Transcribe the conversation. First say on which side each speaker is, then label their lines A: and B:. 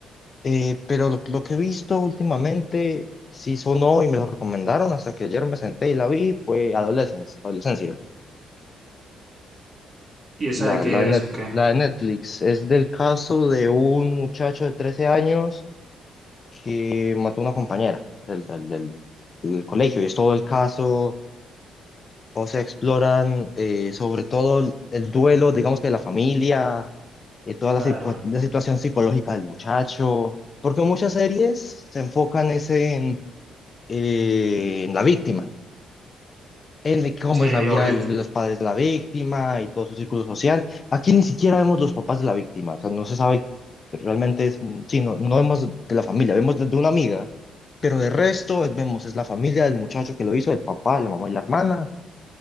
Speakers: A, on the left (about 40°); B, on the right (about 30°).
A: Eh, pero lo, lo que he visto últimamente, sí sonó y me lo recomendaron hasta que ayer me senté y la vi, fue Adolescence, Adolescencia,
B: ¿Y esa
A: la,
B: de qué
A: la, de
B: es
A: Net-
B: o qué?
A: la de Netflix. Es del caso de un muchacho de 13 años que mató a una compañera del, del, del- del colegio y es todo el caso O sea, exploran eh, sobre todo el el duelo, digamos que de la familia, eh, toda la,
B: Claro.
A: psico- la situación psicológica del muchacho, porque muchas series se enfocan ese en, eh, en la víctima, en de cómo
B: Sí,
A: es la vida
B: oye.
A: de de los padres de la víctima y todo su círculo social. Aquí ni siquiera vemos los papás de la víctima, o sea, no se sabe realmente, es, sí, no, no vemos de la familia, vemos de de una amiga, pero de resto eh, vemos es la familia del muchacho que lo hizo, el papá, la mamá y la hermana